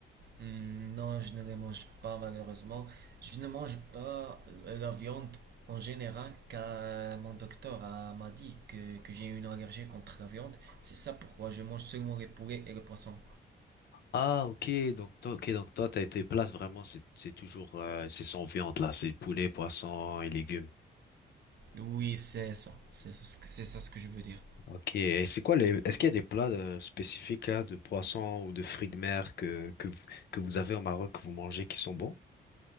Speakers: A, on the right; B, on the left.
A: Hmm, Non, je ne les mange pas malheureusement. Je ne mange pas euh, la viande en général car euh, mon docteur a- m'a dit que, que j'ai une allergie contre la viande. C'est ça pourquoi je mange seulement les poulets et le poisson.
B: Ah, ok, donc toi, ok, donc toi, t'as été place vraiment, c'est c'est toujours, euh, c'est sans viande là, c'est poulet, poisson et légumes.
A: Oui, c'est ça. C'est ça, ce que- c'est ça ce que je veux dire.
B: Ok, et c'est quoi les... Est-ce qu'il y a des plats euh, spécifiques là, de poisson ou de fruits de mer que, que, vous- que vous avez au Maroc, que vous mangez, qui sont bons?